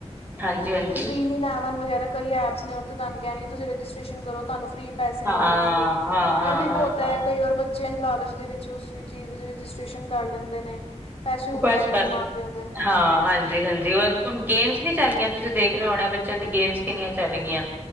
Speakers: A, on the right; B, on the left.
A: ਹਾਂਜੀ ਹਾਂਜੀ
B: ਡਰੀਮ ਇਲੈਵਨ ਵਗੈਰਾ ਕਈ ਐਪ ਨੇ ਤੇ ਤੁਹਾਨੂੰ ਕਹਿਣਗੇ, ਤੁਸੀ ਰਜਿਸਟ੍ਰੇਸ਼ਨ ਕਰੋ ਤੁਹਾਨੂੰ ਫ੍ਰਰੀ ਪੈਸੇ
A: ਹਾਂ
B: ਮਿਲਣਗੇ,
A: ਹਾਂ ਹਾਂ
B: ਇਹ ਵੀ
A: ਹਾਂ
B: ਬਹੁਤ ਐ
A: ਹਾਂ
B: ਕਈ ਵਾਰ ਬੱਚੇ ਬੱਚਿਆਂ ਨੂੰ ਲਾਲਚ ਦੇ ਵਿੱਚ ਉਸ ਚੀਜ਼ ਦੇ ਵਿਚ ਰਜਿਸਟ੍ਰੇਸ਼ਨ ਕਰ ਲੈਂਦੇ ਨੇ। ਪੈਸੇ
A: <unintelligible>
B: ਉੱਡ ਜਾਂਦੇ ਨੇ ਮਾਂ ਪਿਓ ਦੇ
A: ਹਾਂ ਹਾਂਜੀ ਹਾਂਜੀ ਉਹ ਗੇਮਸ ਨੀ ਚੱਲ ਗਿਆ, ਤੁਸੀਂ ਦੇਖ ਰਹੇ ਹੋਣੇ ਬੱਚਿਆਂ ਦੀ ਗੇਮਸ ਕਿੰਨੀਆਂ ਚੱਲ ਗਈਆਂ।